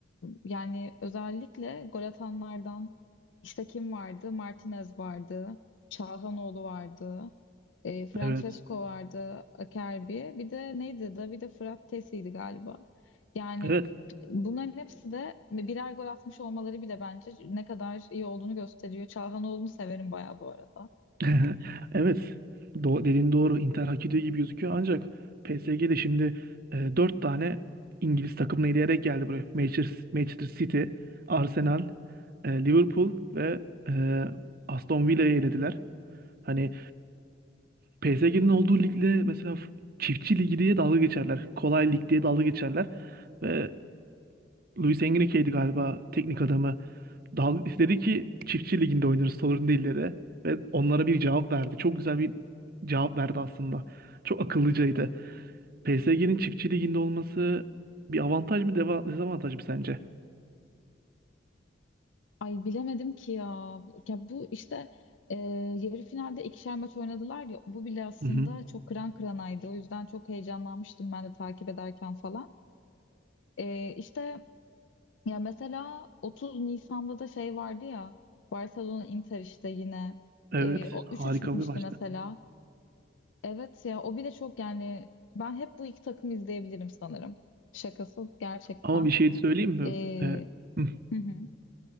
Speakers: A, on the left (about 90°); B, on the right (about 50°).
A: yani özellikle gol atanlardan işte kim vardı? Martinez vardı, Çalhanoğlu vardı, e, Francesco
B: Evet.
A: vardı, Acerbi. Bir de neydi? Davide Frattesi'ydi galiba. Yani
B: Evet.
A: bunların hepsi de birer gol atmış olmaları bile bence ne kadar iyi olduğunu gösteriyor. Çalhanoğlu'nu severim bayağı bu arada.
B: <laughs> Evet, do dediğin doğru. Inter hak ediyor gibi gözüküyor. Ancak PSG de şimdi e, 4 tane İngiliz takımını eleyerek geldi buraya. Manchester, Manchester City, Arsenal, e, Liverpool ve e, Aston Villa'yı elediler. Hani PSG'nin olduğu ligle mesela f- çiftçi ligi diye dalga geçerler. Kolay lig diye dalga geçerler. Ve Luis Enrique'ydi galiba teknik adamı. Dal dedi ki çiftçi liginde oynarız sorun değil dedi. Ve onlara bir cevap verdi. Çok güzel bir cevap verdi aslında. Çok akıllıcaydı. PSG'nin çiftçi liginde olması bir avantaj mı deva dezavantaj mı sence?
A: Ay bilemedim ki ya. Ya bu işte e, yarı finalde ikişer maç oynadılar ya. Bu bile aslında
B: Hı hı.
A: çok kıran kıranaydı. O yüzden çok heyecanlanmıştım ben de takip ederken falan. E, işte ya mesela 30 Nisan'da da şey vardı ya. Barcelona Inter işte yine.
B: Evet
A: E, o
B: harika
A: 3-3 bitmişti
B: bir maçtı.
A: mesela. Evet ya o bile çok yani ben hep bu iki takım izleyebilirim sanırım. Şakası gerçekten.
B: Ama bir şey söyleyeyim mi?
A: E,
B: Ee, hı
A: hı hı,